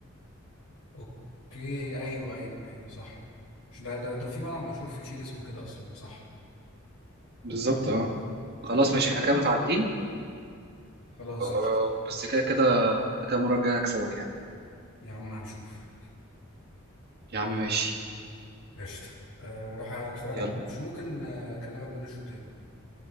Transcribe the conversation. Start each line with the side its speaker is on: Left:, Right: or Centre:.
Left: أوكي أيوه أيوه أيوه صح مش ده ده ده في ملعب مشهور في تشيلي اسمه كده أصلا صح
Right: بالظبط اه خلاص ماشي احنا كده متعادلين
Left: خلاص
Right: آه،
Left: قشطة
Right: بس كده كده كده كده المرة الجاية أكسبك يعني
Left: يا عم هنشوف
Right: يا عم ماشي
Left: قشطة آه، روح أتفرج
Right: يلا
Left: على الماتش ممكن آه، أكلمك بين الشوطين